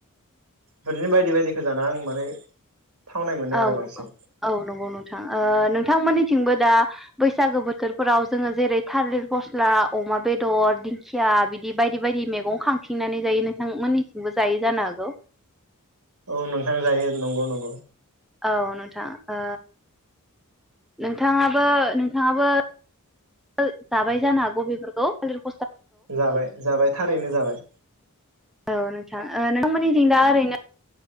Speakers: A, on the right (about 75°); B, in the centre.
A: बिदिनो बायदि बायदिखौ जाना आं माने थावनाय मोनो
B: औ
A: आरो बांसिन
B: नंगौ औ नंगौ नोंथां नोंथां मोनि थिंबो दा बैसागो बोथोरफोराव जोङो जेरै थालिर फस्ला अमा बेदर दिंखिया बिदि बायदि बायदि मेगं खांथिंनानै जायो नोंथां मोननैथिंबो जायो जानो हागौ।
A: औ नोंथां जायो नंगौ नंगौ।
B: औ नोंथां ओ नोंथाङाबो नोंथाङाबो <unintelligible> जाबाय जानो हागौ बेफोरखौ <unintelligible>
A: जाबाय जाबाय थारैनो जाबाय।
B: औ नोंथां ओ नोंथांमोननिथिं दा ओरैनो